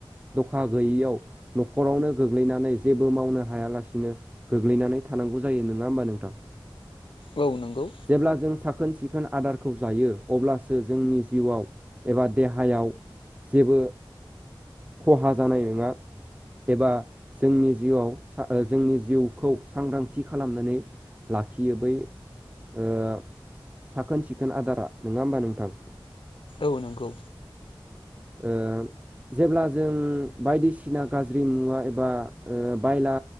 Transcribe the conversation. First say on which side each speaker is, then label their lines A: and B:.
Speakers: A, on the right; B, on the left.
A: दखा गैयियाव न'खरावनो गोग्लैनानै जेबो मावनो हायालासिनो गोग्लैनानै थानांगौ जायो नङा होमबा नोंथां?
B: औ नोंगौ।
A: जेब्ला जों साखोन सिखोन आदारखौ जायो अब्लासो जोंनि जिउआव एबा देहायाव जेबो खहा जानाय नङा एबा जोंनि जिउआव ओ जोंनि जिउखौ सांग्रांथि खालामनानै लाखियो बै ओ साखोन सिखोन आदारा नङा होमबा नोंथां?
B: औ नोंगौ
A: ओ जेब्ला जों बायदिसिना गाज्रि मुवा एबा बायला